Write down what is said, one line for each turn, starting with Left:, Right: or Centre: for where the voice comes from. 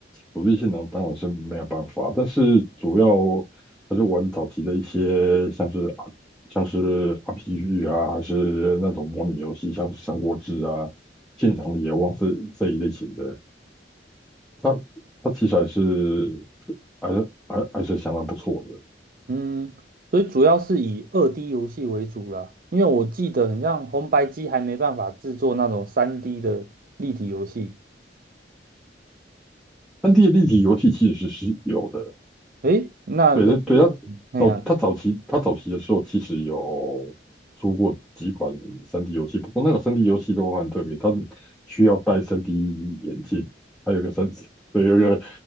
Centre: 主机性能当然是没有办法，但是主要还是玩早期的一些像是像是 RPG 啊，还是那种模拟游戏，像是《三国志》啊、《信场的野望》这这一类型的，它它题材是还是还还是相当不错的
Right: 嗯，所以主要是以二 D 游戏为主啦，因为我记得很像红白机还没办法制作那种三 D 的立体游戏。
Centre: ，3D 立体游戏其实是是有的。
Right: 诶，那诶，
Centre: 对对对，他
Right: 哎呀，
Centre: 早他早期他早期的时候其实有出过几款三 d 游戏，不过那个三 d 游戏都很特别，它需要戴三 d 眼镜，还有一个三 d <laughs> 对，有一个